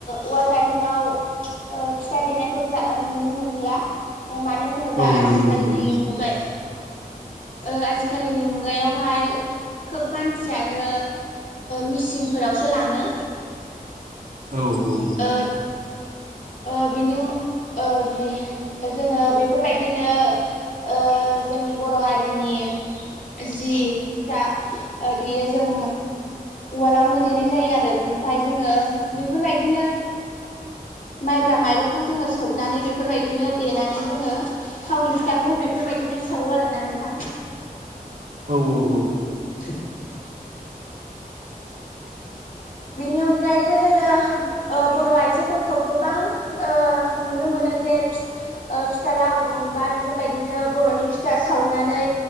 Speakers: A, on the left; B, on the right.
A: उवाल गायहेनाव ओ फिथा देनाय खौ जा नुनो मोनला। मानो होनोब्ला
B: औ
A: आजिखालनि
B: नंगौ नंगौ
A: मुगाय ओ आजिखालिनि मुगायावहाय खोब मानसियानो मिसिनफोरावसो लाङो।
B: औ -औ।
A: ओ ओ बिनि उ ओ बि जोङो बेफोरबायदिनो ओ जोंनि बर' हारिनि जि फिथा ओ देयो जों उवालआवनो देनाय जायो आरो बिनि ओमफाय जोङो बेफोरबाय माइब्रा माइरं खौ जोङो सोबनानै बेफोरबायदिनो देनानै जोङो थावनि फिथाखौबो बेफोरबाय बिदिनो सावो आरो ना नोंथां।
B: औ औ औ।
A: <inaudible> बिनि अनगायैबो जोङो ओ बर' आइजोफोरखौ गोबां ओ नुनो मोनो जे फिथ ओ फिथा लाव दुमबा बेफोरबायदिनो बर'नि फिथा सावनानै